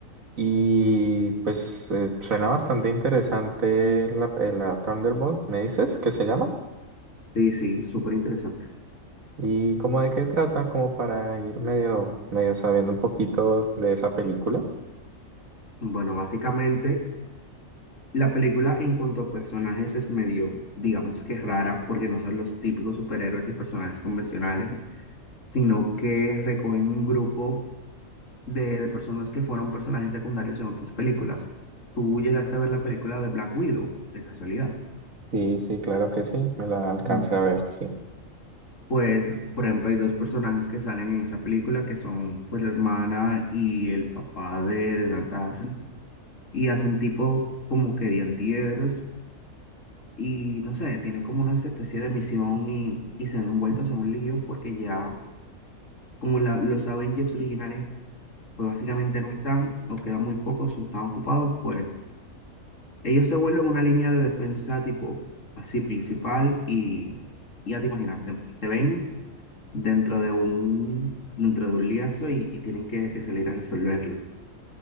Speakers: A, on the right; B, on the left.
A: Y pues eh, suena bastante interesante la, eh, la Thunderbolt, ¿me dices qué se llama?
B: Sí, sí, súper interesante.
A: ¿Y cómo de qué trata? Como para ir medio, medio sabiendo un poquito de esa película.
B: Bueno, básicamente La película en cuanto a personajes es medio, digamos que rara, porque no son los típicos superhéroes y personajes convencionales, sino que recogen un grupo de, de personas que fueron personajes secundarios en otras películas. ¿Tú llegaste a ver la película de Black Widow, de casualidad?
A: Sí, sí, claro que sí, me la alcancé
B: Mm.
A: a ver, sí.
B: Pues, por ejemplo, hay dos personajes que salen en esa película, que son pues la hermana y el papá de, de Natasha, y hacen tipo como que de antihéroes y no sé, tienen como una especie de misión y, y se han envueltos en un lío porque ya, como la- los Avengers originales, pues básicamente no están o quedan muy pocos o están ocupados, pues ellos se vuelven una línea de defensa tipo así principal y y ya te imaginas, se, se ven dentro de un, dentro de un liazo y, y tienen que, que salir a resolverlo.